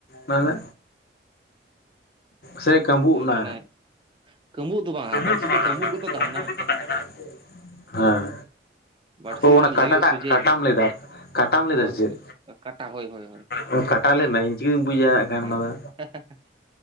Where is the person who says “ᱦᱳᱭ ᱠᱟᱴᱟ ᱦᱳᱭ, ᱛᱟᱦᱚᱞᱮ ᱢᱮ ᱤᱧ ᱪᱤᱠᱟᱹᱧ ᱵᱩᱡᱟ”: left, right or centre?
Left